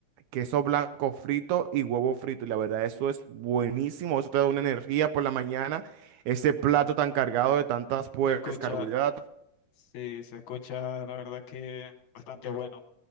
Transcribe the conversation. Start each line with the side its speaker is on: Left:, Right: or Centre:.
Right: queso blanco frito y huevo frito. Y la verdad, eso es buenísimo, eso te da una energía por la mañana, ese plato tan cargado de tantas, pues,
Left: Se escucha,
Right: carbohidratos.
Left: Sí, se escucha, la verdad que bastante bueno.